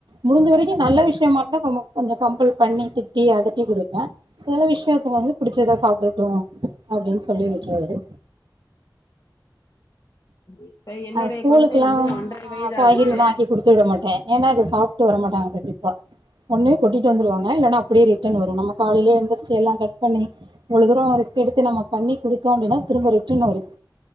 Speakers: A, on the right; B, on the left.
A: முடிஞ வரைக்கும் நல்ல விஷயமா இருதான் கொஞ்சம் கம்பல் பண்ணி திட்டி அதட்டி கொடுப்பேன் சில விஷயத்துல வந்து புிடிச்சதை சாப்பிடட்டும் அப்படின்னு சொல்லி விட்ருவாரு
B: இப்ப என்னுடைய
A: அ ஸ்கூலுக்குல்லா
B: குழந்தை வந்து ஒன்றரை
A: நா
B: வயது
A: காய்கறில்லா
B: ஆகுது
A: ஆக்கி குடுத்து விட மாட்டே ஏன்னா அது சாப்பிட்டு வரமாட்டாங்க கண்டீப்பா ஒன்னு கொட்டிட்டு வந்துருவாங்க இல்லன்னா அப்படியே ரிட்டர்ன் வரும் நம்ம காலையே எந்திரச்ச எல்லாம் கட் பண்ணி இவ்வளவு தூரம் ரிஸ்க்கு எடுத்து நம்ம பண்ணி கொடுத்தோம் அப்படின திரும்ப ரிட்டன் வருது